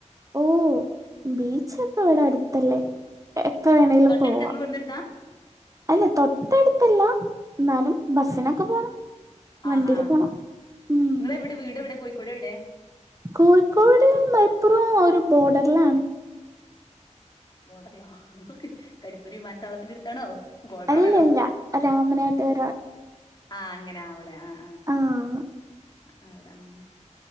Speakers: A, on the right; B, on the left.
A: ഓ ബീച്ചൊക്കെ ഇവിടെ അടുത്തല്ലേ എപ്പ വേണമെങ്കിലും
B: തൊട്ടടുത്താ
A: പോവാ
B: ഇങ്ങളെ വീടിന്റെ അടുത്താ
A: അല്ല തൊട്ടടുത്തല്ല ന്നാലും ബസ്സിനൊക്കെ പോണം വണ്ടിയില്
B: ആഹ് ആഹ്
A: പോണം
B: നിങ്ങളെവിടെ
A: ഉം
B: വീട് എവിടെ കോഴിക്കോട് എവിടെ
A: കോഴിക്കോട് മലപ്പുറം ഒരു ബോർഡറിലാണ്
B: ബോർഡറിലോ നോക്ക് കരിപ്പുരി വി മാനത്താവളത്തിന്റെ അടുത്താണോ ഗോൾഡാണല്ലോ
A: അല്ലല്ല രാമനാട്ടുകര
B: ആഹ് അങ്ങനെ ആവിടെ ആഹ്
A: ആഹ്
B: അവിട ആഹ്